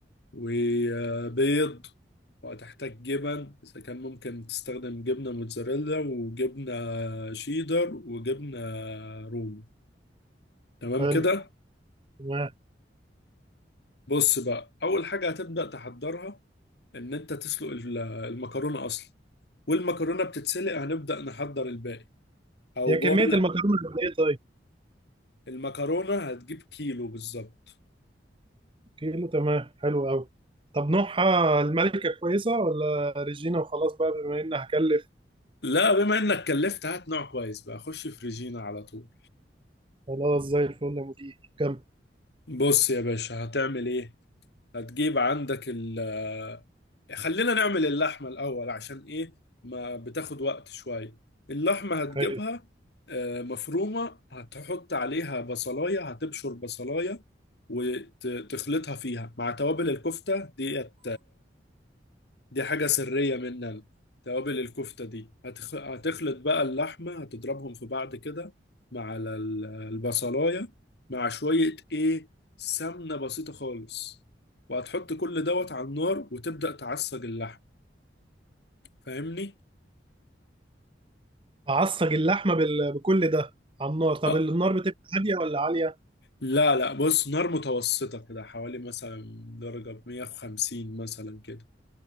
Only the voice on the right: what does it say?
حلو
تمام
هي
كميه
المكرونه قد ايه طيب
كيلو تمام حلو قوي طب نوعها الملكه كويسه ولا ريجينا وخلاص بقى بما ان هكلف
خلاص زي الفل يا مدير كم
حلو
اعصج اللحمه بال... بكل ده على النار طب
النار بتبقى هاديه ولا عاليه